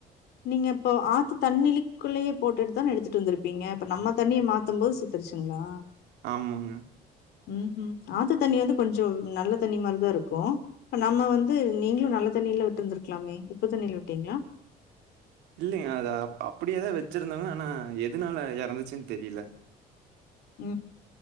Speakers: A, on the left; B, on the right.
A: நீங்க இப்போ ஆத்து தண்ணிலிக்குள்ளயே போட்டுட்டு தான எடுத்துட்டு வந்திருப்பீங்க இப்ப நம்ம தண்ணிய மாத்து போது செ த்துருச்சுங்ளா
B: ஆமாங்க
A: உ ஹும் ஆத்து தண்ணி வந்து கொஞ்சோ நல்ல தண்ணி மாரிதாருக்கு நம்ம வந்து நீங்களு நல்ல தண்ணில விட்டுருக்கலாமே உப்பு தண்ணில விட்டீங்களா
B: இல்லிங்க அத அப்டியேதா வச்சிருந்தாங்க ஆனா எதனால எறந்துச்சுன்னு தெரில
A: உ